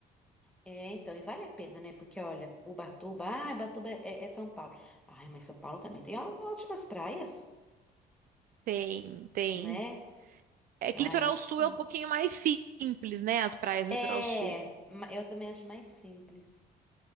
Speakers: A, in the centre; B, on the right.
A: É, então, e vale a pena, né? Porque, olha, Ubatuba, ah, Ubatuba é, é- é São Paulo. Ai, mas São Paulo também tem ó- ótimas praias,
B: Tem, tem.
A: né?
B: É
A: Ai,
B: que litoral
A: muito
B: sul
A: bom.
B: é um pouquinho mais simples, né? As praias do
A: É,
B: litoral sul.
A: ma- eu também acho mais simples.